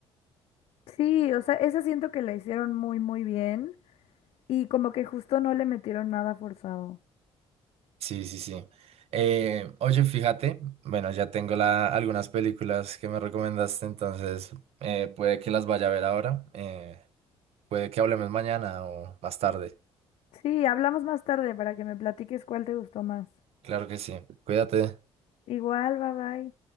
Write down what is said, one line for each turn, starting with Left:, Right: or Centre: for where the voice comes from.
Left: Sí, o sea, esa siento que la hicieron muy, muy bien y como que justo no le metieron nada forzado.
Right: Sí, sí, sí. Eh, oye, fíjate, bueno, ya tengo la- algunas películas que me recomendaste, entonces eh, puede que las vaya a ver ahora, eh, puede que hablemos mañana o más tarde.
Left: Sí, hablamos más tarde para que me platiques cuál te gustó más.
Right: Claro que sí. Cuídate.
Left: Igual, bye bye.